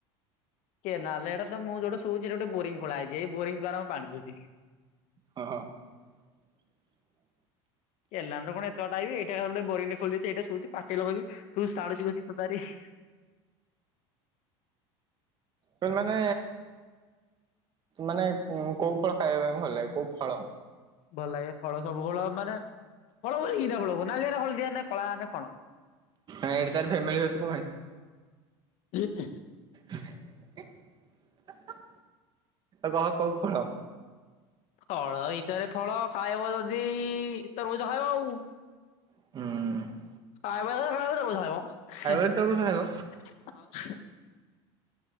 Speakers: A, on the left; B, on the right.
A: କେନାଲ୍ ହେଟା ତ ମୁଁ ଯୋଉଠି ଶୋଉଚି ସେଠି ଗୋଟେ ବୋରିଙ୍ଗି ଖୋଳା ହେଇଛି। ଏଇ ବୋରିଂ ଦ୍ଵାରା ମୁଁ ପାଣି ପିଉଛି।
B: ହଁ <inaudible>
A: କେନାଲ ରୁ କଣ ଏତେ ବାଟ ଆଇବି। ଏଇଟା ଗୋଟ ବୋରିଙ୍ଗେ ଖୋଳିଦେଇଚି ଏଇଠୁ ପାଟି ଲଗେଇକି ଶୁସାଡୁଚି ବସିକି ତତାରିକି।
B: ତମକୁ ମାନେ ମାନେ କୋଉ ଫଳ ଖାଇବା ପାଇଁ ଭଲ ଲାଗେ କୋଉ ଫଳ?
A: ଭଲ ଲାଗେ ଫଳ ସବୁ ଫଳ ମାନେ ଫଳ ବୋଲିି କିରା ଫଳ ନାଲିଆ ନା ହଳଦିଆ ନେ କଳା ନେ କଣ?
B: ଏଠି ତାର ଫ୍ୟାମିଲ ଅଛି।
A: କଣ?
B: <unintelligible> କହ କୋଉ ଫଳ?
A: ଫଳ ଭିତରେ ଫଳ ଖାଇବ ଯଦି ତରଭୁଜ ଖାଇବ ଆଉ।
B: ହୁଁ।
A: ଖାଇବ ଯଦି ଖାଇବ। <unintelligible>
B: ଯଦି ତୋ ରୁଚି ଖାଇବ।